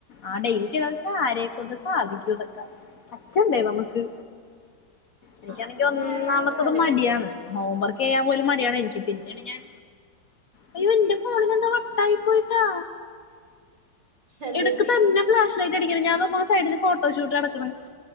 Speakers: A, on the left; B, on the right.
A: ആ ഡെയ്ലി ചെയ്തക്ഷെ ആരെക്കൊണ്ട് സാധിക്കുംതൊക്കെ. പറ്റണ്ടേ നമക്ക് എനിക്കാണെങ്കിൽ
B: അതും
A: ഒന്നാമത്തത്
B: വേറൊരു കാര്യം
A: മടിയാണ്. ഹോം വർക്ക് ചെയ്യാപോലും മടിയാണ് എനിക്ക്, പിന്നൈണ് ഞാൻ അയ്യോന്റെ ഫോണിനെന്താ വട്ടായി പോയ്ട്ടാ
B: എന്ത്
A: എട്ക്ക്
B: പറ്റി
A: തന്നെ ഫ്ലാഷ് ലൈറ്റ് അടിക്ക്ണ്. ഞാനോക്കുമ്പോ സൈഡിൽ ഫോട്ടോഷൂട്ട് നടക്ക്ണ്.